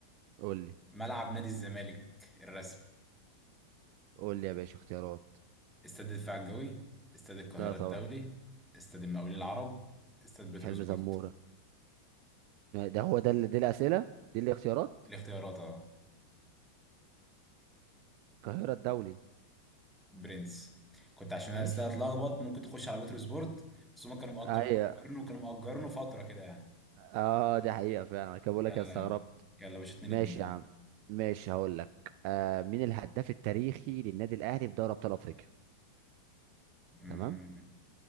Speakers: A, on the right; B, in the centre.
A: قول لي
B: ملعب نادي الزمالك الرسمي
A: قول لي يا باشا اختيارات
B: استاد الدفاع الجوي استاد القاهرة
A: لا طبعا
B: الدولي استاد المقاولين العرب استاد بتروسبورت
A: حلمي زمورة ده هو ده اللي دي الأسئلة دي الاختيارات
B: الاختيارات اه
A: القاهرة الدولي
B: برنس كنت عشان
A: ماشي
B: انا استاد اتلخبط ممكن تخش على بتروسبورت بس هما كانوا
A: هي
B: مأ- كانوا مأجرينه كانوا مأجرينه فترة كده يعني
A: اه دي حقيقة فعلا انا كده بقول
B: يلا
A: لك أنا استغربت
B: يلا يا باشا 2
A: ماشي يا عم ماشي هقول لك آه مين الهداف التاريخي للنادي الأهلي في دوري أبطال أفريقيا
B: 2
A: تمام